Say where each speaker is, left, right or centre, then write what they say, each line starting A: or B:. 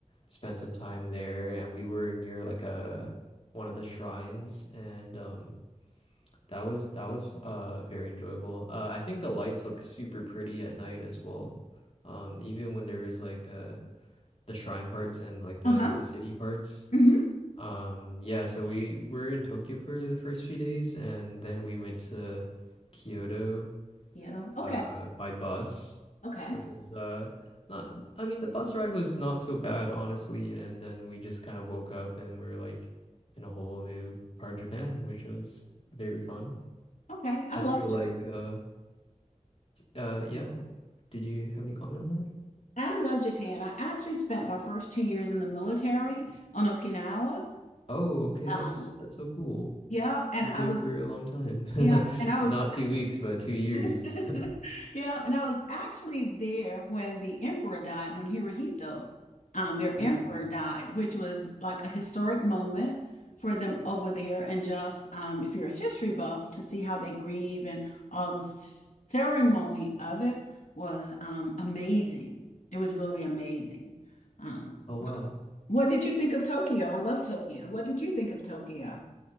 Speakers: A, on the left; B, on the left.
A: spent some time there, and we were near like a one of the shrines, and um, that was that was uh very enjoyable. Uh, I think the lights look super pretty at night as well, um, even when there is like uh the shrine parts and like the
B: Uh-huh.
A: the city parts.
B: Mm-hmm.
A: Um, yeah, so we were in Tokyo for the first few days, and then we went to Kyoto
B: Kyoto. Okay.
A: uh by bus,
B: Okay.
A: which was uh not I mean the bus ride was not so bad honestly, and then we just kind of woke up and we were like in a whole new part of Japan, which was very fun.
B: Okay. I
A: I
B: love
A: feel
B: Japan.
A: like uh uh yeah, w- did you have any comment on that?
B: I love Japan. I actually spent my first two years in the military on Okinawa.
A: Oh, okay,
B: Um,
A: that's that's so cool.
B: yeah, and
A: You're
B: I
A: there
B: was
A: for a long time.
B: yeah,
A: <laughs>
B: and I was
A: Not two weeks, but two years.
B: <laughs>
A: <laughs>
B: Yeah, and I was actually there when the emperor died, when Hirohito, um, their
A: Mm.
B: emperor died, which was like a historic moment for them over there. And just um, if you're a history buff, to see how they grieve and all the s- ceremony of it was um, amazing. It was really amazing. Um,
A: Oh,
B: what,
A: wow.
B: what did you think of Tokyo? I love Tokyo. What did you think of Tokyo?